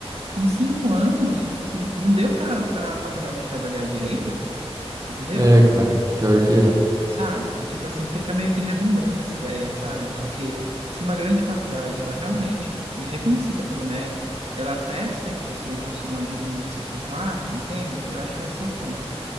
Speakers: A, on the right (about 75°); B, on the right (about 30°).
A: em cinco anos n- não deu para para a faculdade te avaliar direito, entendeu?
B: É, cara, pior que é.
A: sabe? E tipo assim, fica meio que redundante essa ideia, sabe? Porque se uma grande faculdade, ela realmente, e reconhecida pelo MEC, ela atesta que você é um profissional digno de se formar, entende? Eu acho que esse é o ponto.